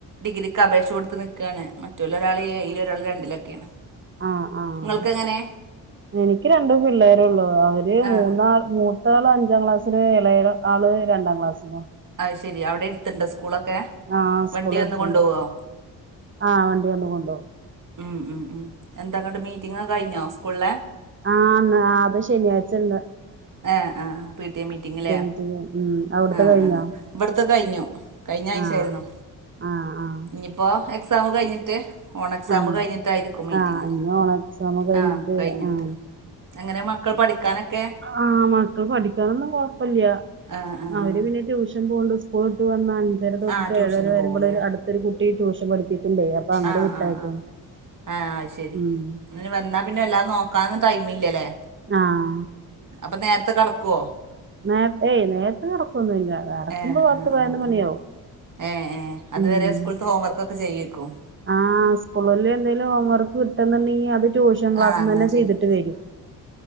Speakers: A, on the right (about 40°); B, on the right (about 25°).
A: ഡിഗ്രിക്ക് അപേക്ഷ കൊടുത്ത് നിക്കാണ് മറ്റോല് ഒരാൾ എയില് ഒരാൾ രണ്ടിലൊക്കെയാണ്
B: അ ആഹ്
A: നിങ്ങൾക്ക് എങ്ങനെ
B: എനിക്ക് രണ്ടു പിള്ളേരുള്ളൂ അവര്
A: ആഹ്
B: മൂന്ന പ്പ മൂത്ത ആൾ അഞ്ചാം ക്ലാസ്സില് ഇളയ ആള് രണ്ടാ ക്ലാസ്സില്
A: അയ്ശേരി അവിടെ എട്ത്ത്ണ്ടാ സ്കൂളൊക്കെ
B: ആഹ് സ്കൂൾ
A: വണ്ടി വന്ന്
B: അടുത്തുണ്ട്
A: കൊണ്ടോവോ
B: ആഹ് വണ്ടി വന്ന് കൊണ്ടോവു
A: ഉം ഉം ഉം എന്താങ്ങട്ട് മീറ്റിംങ് ഒക്കെ കഴിഞ്ഞോ സ്കൂളിലെ
B: ആഹ് ആന്ന് അത് ശനിയാഴ്ച ഇണ്ട്
A: A ah P T A മീറ്റിങ്ല്ലേ
B: മീറ്റിംഗ് ഉം അവിടുത്തെ
A: ആഹ്
B: കഴിഞ്ഞോ
A: ആഹ് ഇവിടുത്തെ കയിഞ്ഞു കയിഞ്ഞ ആഴ്ചായിരുന്നു
B: ആഹ് ആഹ് ആഹ്
A: ഇനിയിപ്പോ എക്സാമ് കഴിഞ്ഞിട്ട് ഓണ എക്സാമ്
B: ആഹ്
A: കയിഞ്ഞിട്ടായിരിക്കും മീറ്റിങ്
B: ആഹ് ഇനി ഓണം എക്സാം കഴിഞ്ഞിട്ട്
A: ആഹ് കയിഞ്ഞിട്ട്
B: ആഹ്
A: എങ്ങനെ മക്കൾ പഠിക്കാനൊക്കെ
B: ആഹ് മക്കൾ പഠിക്കാനൊന്നും കൊഴപ്പില്ല
A: ആഹ് ആഹ്
B: അവര് പിന്നെ ട്യൂഷൻ പോണ്ട്. സ്കൂളിട്ട് വന്ന- അഞ്ചര തൊട്ടിട്ട്
A: ആഹ് ട്യൂഷന്
B: ഏഴര വരേ
A: പോകൂലേ
B: ഇവിടെ ഒരു അടുത്തൊരു കുട്ടി ട്യൂഷൻ പിഠിപ്പിക്കണ്ടേ അപ്പോ അങ്ങട്
A: ആഹ്
B: വിട്ടായിക്കും.
A: ആഹ് ആഹ് ആഹ് അത് ശരി
B: ഉം.
A: അങ്ങനെ വന്നാ പിന്നെ എല്ലാം- നോക്കാനും ടൈമില്ലല്ലേ?
B: ആഹ്.
A: അപ്പോ നേരത്തെ കെടക്കോ?
B: നേരത്തെയ് നേരത്തെ കെടക്കൊന്നുല്ല. കെടക്കുമ്പോ
A: ഏഹ്
B: പത്ത്
A: ആഹ്
B: പതിനൊന്ന്
A: ആഹ്
B: മണിയാവും
A: ആഹ് ഏഹ് ഏഹ് അതുവരെ
B: ഉംഹ്.
A: സ്കൂളത്തെ ഹോംവർക്കൊക്കെ ചെയ്യേക്കും
B: ആഹ് സ്കൂളിൽ എന്തെങ്കലും, ഹോംവർക്ക് വിട്ടന്ന്ണ്ടെങ്കിൽ അത്. ട്യൂഷൻ ക്ലാസ്സ്ന്നെ
A: ആഹ് അങ്ങനെ
B: ചെയ്തിട്ട്
A: ചെയ്യും
B: വരും